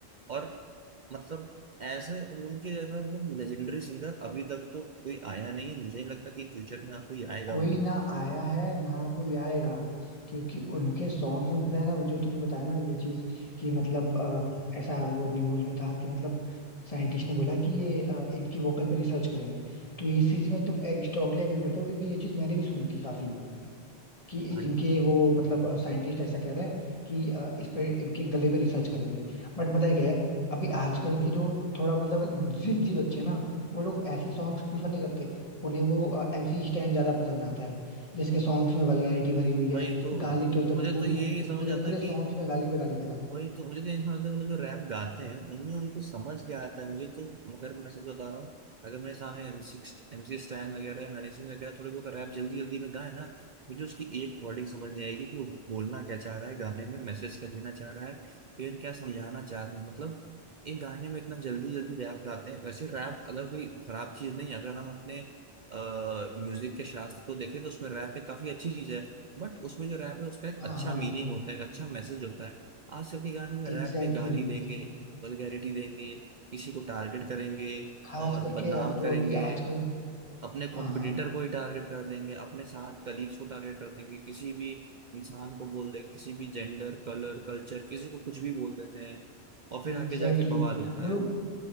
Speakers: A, on the right; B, on the left.
A: और मतलब ऐसे उनके जैसा मतलब लेजेंडरी सिंगर अभी तक तो कोई आया नहीं है मुझे नहीं लगता कि इन फ्यूचर में आपको कोई आएगा
B: कोई
A: भी
B: ना आया है ना कोई आएगा क्योंकि उनके सॉन्ग्स में पता है ना वो जो तुमने बताया ना ये चीज कि मतलब अ, ऐसा वो न्यूज में था कि मतलब साइंटिस्ट ने बोला कि ये अ, इनकी वोकल पे रिसर्च करेंगे तो इस चीज में तुम स्ट्रांगली एग्री करता हो क्योंकि ये चीज मैंने भी सुनी थी काफी कि
A: भाई
B: इनके वो मतलब साइंटिस्ट ऐसा कह रहा है कि अ, इस पे इनके गले पे रिसर्च करेंगे बट पता है क्या है अभी आजकल के जो थोड़ा मतलब जिनजी बच्चे हैं ना वो लोग ऐसे सॉन्ग्स प्रिफर नहीं करते उन्हें वो एमसी स्टैन ज्यादा पसंद आता है जिसके सॉन्ग्स में वल्गैरिटी भरी हुई है
A: भाई तो
B: गाली तो एकदम
A: मुझे
B: फूट
A: तो यही
B: फूट
A: नहीं
B: के
A: समझ
B: पूरे
A: आता
B: पूरे
A: कि
B: सॉन्ग्स में गाली पे गाली दे रहा है
A: वही तो मुझे तो ये समझता है वो लोग जो रैप गाते हैं उनमें उनको समझ क्या आता है मुझे तो अगर मैं सच बता रहा हूँ अगर मेरे सामने एम सिक्स एम सी स्टैन वगैरह या हनी सिंह वगैरह थोड़े बहुत रैप जल्दी जल्दी में गाए ना मुझे उसकी एक वर्डिंग समझ नहीं आएगी कि वो बोलना क्या चाह रहा है गाने में मैसेज क्या देना चाह रहा है इवन क्या समझाना चाह रहा है मतलब एक गाने में इतना जल्दी जल्दी रैप गाते हैं वैसे रैप अगर कोई खराब चीज नहीं है, अगर हम अपने म्यूजिक के शास्त्र को देखें तो उसमें रैप एक काफी अच्छी चीज है बट उसमें जो रैप है उसका एक
B: हाँ
A: अच्छा
B: हाँ
A: मीनिंग होता है एक अच्छा मैसेज होता है आजकल के गानों में रैप
B: एग्जैक्टली
A: में गाली
B: exactly.
A: देंगे वल्गैरिटी देंगे किसी को टारगेट करेंगे
B: खास
A: और
B: करके
A: बदनाम
B: जो
A: करेंगे
B: अभी आजकल
A: अपने कॉम्पिटिटर
B: हाँ हाँ
A: को ही टारगेट कर देंगे अपने साथ कलीग्स को टारगेट कर देंगे किसी भी इंसान को बोल देंगे किसी भी जेंडर कलर कल्चर किसी को कुछ भी बोल देते हैं और फिर
B: एग्जैक्टली
A: आके जाके बवाल
B: exactly.
A: होता
B: वो लोग
A: है